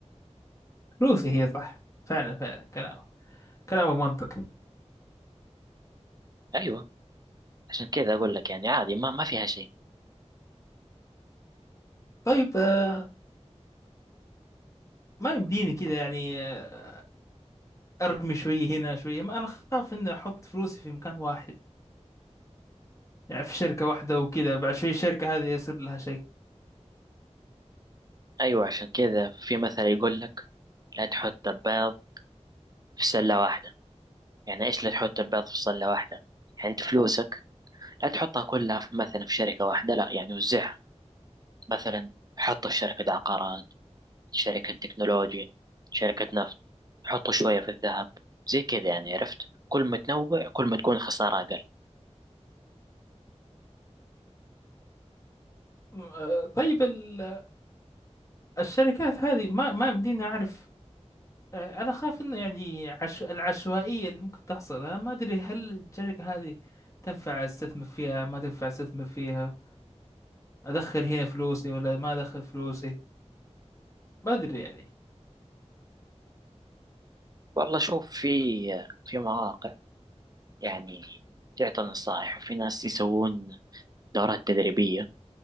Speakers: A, on the left; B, on the right.
A: فلوسي هي صح فعلا فعلا كلامك كلامك منطقي
B: أيوة عشان كذا أقول لك يعني عادي ما ما فيها شيء
A: طيب آه، ما يمديني كذا يعني آه، ارمي شويه هنا شويه ما انا خاف اني احط فلوسي في مكان واحد يعني في شركه واحده وكذا بعد شويه الشركه هذه يصير لها شيء
B: أيوة عشان كذا في مثل يقول لك لا تحط البيض في سلة واحدة يعني إيش لا تحط البيض في سلة واحدة يعني أنت فلوسك لا تحطها كلها في مثلا في شركة واحدة لا يعني وزعها مثلا حطوا في شركة عقارات شركة تكنولوجيا شركة نفط حطوا شوية في الذهب زي كذا يعني عرفت كل ما تنوع كل ما تكون خسارة أقل
A: م- آه، طيب ال- الشركات هذه ما ما يمديني اعرف آه، انا خاف انه يعني عش... العشوائيه اللي ممكن تحصل انا ما ادري هل الشركه هذه تنفع استثمر فيها ما تنفع استثمر فيها ادخل هنا فلوسي ولا ما ادخل فلوسي ما ادري يعني
B: والله شوف في في مواقع يعني تعطي نصائح وفي ناس يسوون دورات تدريبية